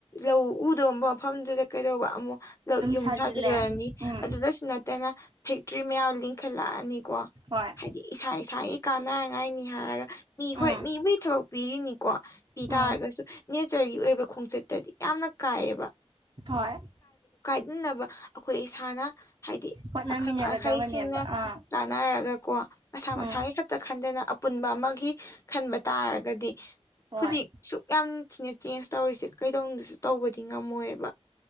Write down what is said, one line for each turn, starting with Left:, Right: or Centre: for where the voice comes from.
Left: ꯂꯧ ꯎꯗꯕ ꯃꯐꯝꯗꯨꯗ ꯀꯩꯗꯧꯕ ꯑꯃꯨꯛ ꯌꯨꯝ
Right: ꯁꯥꯖꯤꯜꯂꯦ
Left: ꯁꯥꯖꯤꯜꯂꯔꯅꯤ
Right: ꯎꯝ
Left: ꯑꯗꯨꯗꯁꯨ ꯅꯠꯇꯅ ꯐꯦꯛꯇ꯭ꯔꯤ ꯃꯌꯥꯝ ꯂꯤꯡꯈꯠꯂꯛꯑꯅꯤꯀꯣ
Right: ꯍꯣꯏ
Left: ꯍꯥꯏꯗꯤ ꯏꯁꯥ ꯏꯁꯥꯒꯤ ꯀꯥꯟꯅꯉꯥꯏꯅꯤ ꯍꯥꯏꯔꯒ ꯃꯤ
Right: ꯎꯝ
Left: ꯍꯣꯏ ꯃꯤꯕꯨꯒꯤ ꯊꯕꯛ ꯄꯤꯔꯤꯅꯤꯀꯣ ꯄꯤ
Right: ꯎꯝ
Left: ꯇꯥꯔꯒꯁꯨ ꯅꯦꯆꯔꯒꯤ ꯑꯣꯏꯕ ꯈꯣꯡꯆꯠꯇꯗꯤ ꯌꯥꯝꯅ ꯀꯥꯏꯑꯕ
Right: ꯍꯣꯏ
Left: ꯆꯕ ꯑꯩꯈꯣꯏ ꯏꯁꯥꯅ ꯍꯥꯏꯗꯤ
Right: ꯍꯣꯠꯅꯃꯤꯟꯅꯒꯗꯕꯅꯦꯕ
Left: ꯑꯈꯪ ꯑꯍꯩꯁꯤꯡꯅ
Right: ꯑꯥ
Left: ꯇꯥꯟꯅꯔꯒ ꯀꯣ ꯃꯁꯥ
Right: ꯎꯝ
Left: ꯃꯁꯥꯒꯤ ꯑꯩ ꯈꯛꯇ ꯈꯟꯗꯅ ꯑꯄꯨꯟꯕ ꯑꯃꯒꯤ ꯈꯟꯕ ꯇꯥꯔꯒꯗꯤ
Right: ꯍꯣꯏ
Left: ꯍꯧꯖꯤꯛ ꯁꯨꯛ ꯌꯥꯝ ꯊꯤꯅ ꯆꯦꯟꯖ ꯇꯧꯔꯤꯁꯦ ꯀꯩꯗꯧꯅꯅꯨꯡꯗꯁꯨ ꯇꯧꯕꯗꯤ ꯉꯝꯃꯣꯏꯕ